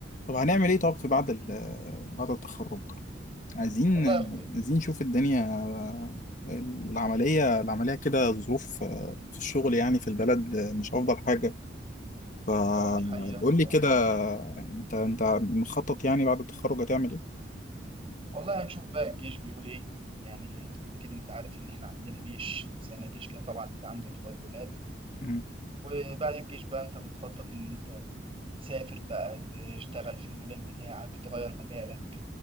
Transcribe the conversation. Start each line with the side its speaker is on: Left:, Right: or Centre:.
Left: طب هنعمل ايه طب في بعد ال بعد التخرج عايزين
Right: والله يا اخويا
Left: عايزين نشوف الدنيا العملية العملية كده الظروف في الشغل يعني في البلد مش أفضل حاجة فقول
Right: هو دي حقيقة
Left: لي
Right: والله
Left: كده انت انت مخطط يعني بعد التخرج هتعمل ايه؟
Right: والله هنشوف بقى الجيش بيقول ايه يعني اكيد انت عارف ان احنا عندنا جيش سنة جيش كده طبعا اللي عنده اخوات ولاد
Left: مم.
Right: وبعد الجيش بقى انت بتخطط ان انت تسافر بقى تشتغل في المجال بتاعك تغير مجالك